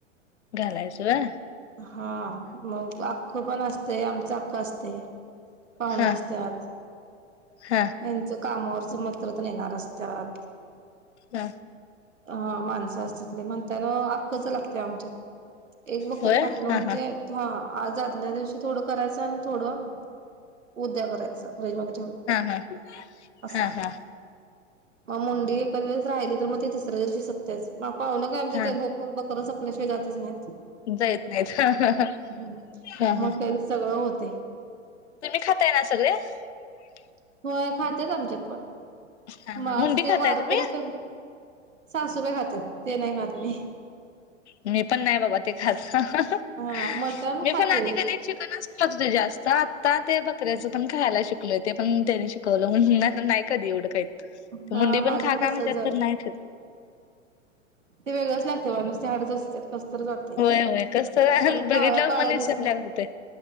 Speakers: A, on the left; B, on the right.
A: घालायचं व्हय
B: हा मग अ्ख पण असते, आमचं अख्खं असते पाहुण
A: हा
B: असते. त्यात
A: हा
B: यांच कामावरच मित्र येणार असत्यात.
A: हा
B: अ माणसं अस तिितली म्हणताना आखखच लागते आमच्या एक बकर
A: होय
B: कापलं
A: हा
B: म्हणजे
A: हा
B: ह आज आदल्या दिवशी थोडं करायचं, आणि थोडं उद्या करायचं. फ्रीजमध्ये ठेव
A: हा हा
B: अस
A: हा हा
B: मग मुंडी एका वेळेस राहिली तर मग ते तिसऱ्या दिवशी सपते, मापाव ना काय आमचे
A: हा
B: ते भो बकरच आपल्याशिय जातच नाहीत. <inaudible>
A: जायत नाहीत हा हा हा
B: ह्
A: हा
B: मग
A: हा
B: त्यारी सगळं होत
A: तुम्ही खाताय ना सगळे <inaudible>
B: <inaudible> होय खातेच आमच्यात प
A: हा
B: मग
A: हा मुंडी
B: असं ते
A: खाताय
B: वारकरीच
A: तुम्ही
B: सासू बाई खातात ते नाही खात. मी
A: मी पण नाही बाबा ते खात. <inaudible> मी
B: हा मटण खातोय
A: पण आधीिकडे चिकनच ख होत हो ते जास्त आ आ ते बकऱ्याचं पण खायला शिकलोय ते पण त्याने शिकवलंून नाही कधी एवढं काही
B: हा
A: मुंडी
B: माझं
A: पण खा खा
B: तसच
A: म्हणत्यात
B: झालं
A: पण नाही खात.
B: ते वेगळंच लागते बा नुसतं हाडच असत्यात कस तर जातय
A: होय होय कसं
B: आणि
A: बघितल्यावर
B: काळ काळ
A: मन विसरल्यावर
B: दिसतय.
A: होतंय